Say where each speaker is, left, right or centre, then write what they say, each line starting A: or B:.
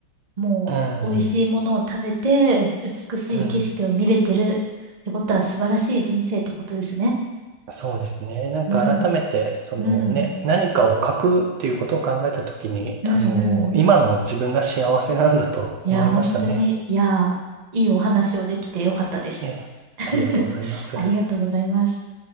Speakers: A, on the right; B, on the right.
A: もう美味しいものを食べて、
B: うん。
A: 美しい景色を見れてるってことは素晴らしい人生ってことですね。
B: うん。そうですね。なんか改めて、
A: うん、
B: そのね、
A: うん、
B: 何かを書くっていうことを考えたときに、
A: うん、
B: あの、
A: うん、うん。
B: 今の自分が幸せなんだと思いましたね。
A: いや、本当に、いや、いいお話をできてよかったです。
B: ね。
A: <laughs>
B: ありがとうございます。
A: ありがとうございます。